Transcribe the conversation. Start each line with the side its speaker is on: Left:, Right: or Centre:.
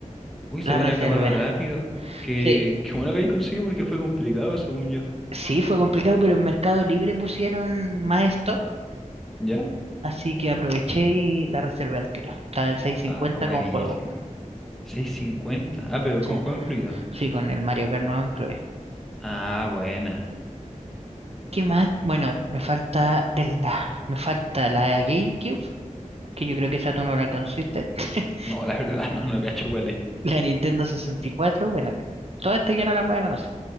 Centre: Uy, se
Right: la
Centre: habían
Right: reservé.
Centre: acabado rápido. Qué,
Right: Sí,
Centre: qué bueno que ahí conseguido porque fue complicado, según yo.
Right: sí, fue complicado, pero en Mercado Libre pusieron más stock
Centre: ¿Ya?
Right: Así que aproveché y la reservé al tiro. Estaba en seiscientos
Centre: Ah,
Right: cincuenta
Centre: buenísima.
Right: con juego. O
Centre: seis cincuenta Ah, pero
Right: sea,
Centre: con juego incluido.
Right: sí, con el Mario Kart nuevo incluye.
Centre: Ah, buena.
Right: ¿Qué más? Bueno, me falta de la, me falta la GameCube, que yo creo que esa tú no la conociste. <laughs>
Centre: No, la <laughs> verdad, no, no cacho cuál es.
Right: La Nintendo sesenta y cuatro bueno, todas estas ya no las voy a conocer.